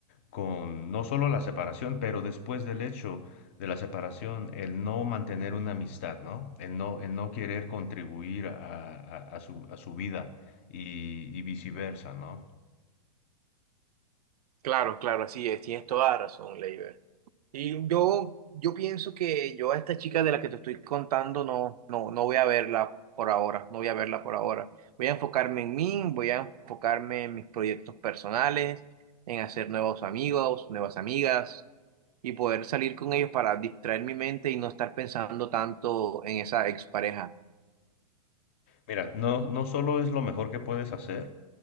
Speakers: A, on the left (about 20°); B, on the right (about 75°).
A: con no solo la separación, pero después del hecho de la separación, el no mantener una amistad, ¿no? El no, el no querer contribuir a, a- a su, a su vida y, y viceversa, ¿no?
B: Claro, claro, así es. Tienes toda la razón, Leiber. Y yo, yo pienso que yo a esta chica de la que te estoy contando no, no, no voy a verla por ahora. No voy a verla por ahora. Voy a enfocarme en mí, voy a enfocarme en mis proyectos personales, en hacer nuevos amigos, nuevas amigas y poder salir con ellos para distraer mi mente y no estar pensando tanto en esa expareja.
A: Mira, no, no solo es lo mejor que puedes hacer,